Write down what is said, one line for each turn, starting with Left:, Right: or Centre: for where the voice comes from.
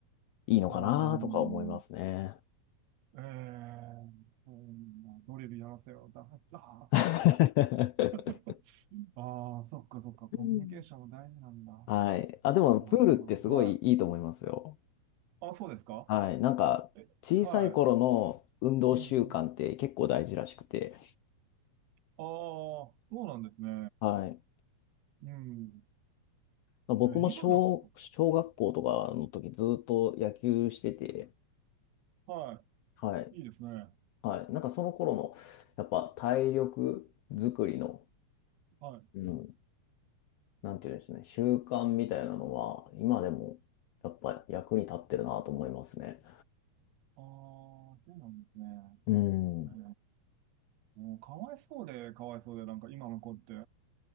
Left: いいのかなとか思いますね。
Right: うん。ええーうんまあ、ドリルやらせよ。だった。
Left: <laughs>
Right: <laughs> ああ、そっかそっか。コミュニケーションも大事なんだ。
Left: うん。
Right: あ
Left: はい。あ、でも、プールってすごいいいと思いますよ。
Right: あ、はい。あ、そうですか
Left: はい。なんか、
Right: え、
Left: 小さい頃の運動習慣って結構大事らしくて。
Right: はい。うんうん。ああ、そうなんですね。
Left: はい。
Right: うん。
Left: 僕も小、
Right: えー今のこ、
Left: 小学校とかの時ずっと野球してて。
Right: は
Left: はい。
Right: い。いいですね。
Left: はい。なんかその頃の、やっぱ体力作りの、
Right: はい。あ
Left: うんなんていうんですね、習慣みたいなのは、今でも、やっぱり役に立ってるなと思いますね。
Right: あ、そうなんですね。
Left: うん。
Right: えー、もうかわいそうで、かわいそうで、なんか今の子って、